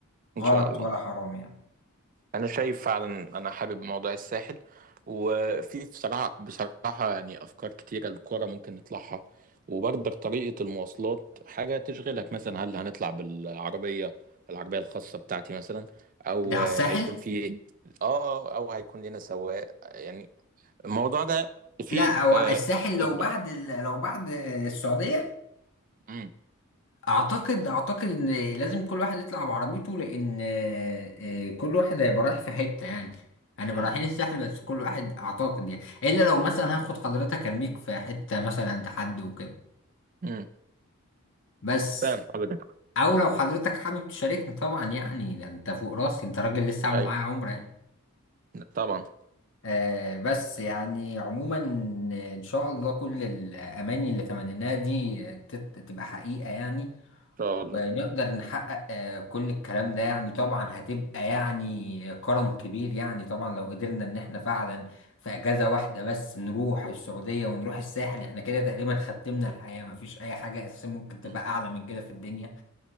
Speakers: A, on the right; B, on the left.
A: ان
B: غلط
A: شاء الله
B: ولا حرام يعني
A: انا شايف فعلا انا حابب موضوع الساحل وفي بصراحه بصراحه يعني افكار كتيره للكوره ممكن نطلعها وبرضك طريقه المواصلات حاجه تشغلك مثلا هل هنطلع بالعربيه العربيه الخاصه بتاعتي مثلا او
B: ده على
A: هيكون
B: الساحل
A: في اه آه، او هيكون لنا سواق يعني الموضوع ده في
B: لا هو
A: آه،
B: الساحل
A: لخبطه
B: لو بعد ال- لو بعد السعودية
A: امم
B: اعتقد اعتقد ان لازم كل واحد يطلع بعربيته لان آه، آه، كل واحد هيبقى رايح في حته يعني هنبقى
A: امم
B: رايحين الساحل بس كل واحد اعتقد يعني الا لو مثلا هاخد حضرتك ارميك في حته مثلا عند حد وكده
A: امم
B: بس
A: فاهم حضرتك
B: او لو حضرتك حابب تشاركني طبعا يعني ده انت فوق راسي انت راجل لسه عامل
A: اي
B: معايا عمره يعني
A: طبعا ان
B: آه بس يعني عموما آه، ان شاء الله كل الاماني اللي تمنيناها دي آه، تت- تبقى حقيقه يعني
A: شاء الله
B: نقدر نحقق آه، كل الكلام ده يعني طبعا هتبقى يعني كرم كبير يعني طبعا لو قدرنا ان احنا فعلا في اجازة واحدة بس نروح السعودية ونروح الساحل احنا كده تقريبا ختمنا الحياة مفيش اي حاجة اساسا ممكن تبقى
A: مم.
B: اعلى من كده في الدنيا